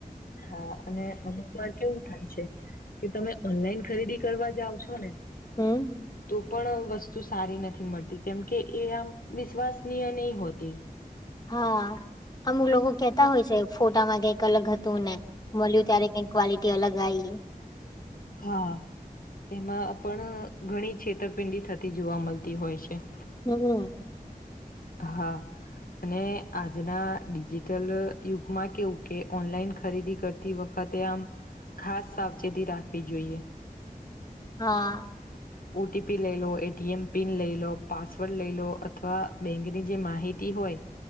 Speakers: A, on the left; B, on the left.
A: હા અને અમુક વાર કેવું થાય છે કે તમે ઓનલાઈન ખરીદી કરવા જાઓ છો ને
B: હમ્મ
A: તો પણ વસ્તુ સારી નથી મળતી કેમકે એ આમ વિશ્વાશનીય ની હોતી
B: હા અમુક લોકો કેતા હોય છે ફોટામાં કઈક અલગ તું ને મળ્યું ત્યારે કઈક ક્વલિટી અલગ આવી
A: હા એમાં પણ ઘણી છેતરપિંડી થતી જોવા મળતી હોય છે
B: હમ્મ
A: હા અને આજના ડિજિટલ યુગમાં કેવું કે ઓનલાઈન ખરીદી કર તી વખતે આમ ખાસ સાવચેતી રાખવી જોઈએ
B: હા
A: ઓટીપી લઈ લો એટીએમ પિન લઈ લો પાસવર્ડ લઈ લો અથવા બેંકની જે માહિતી હોય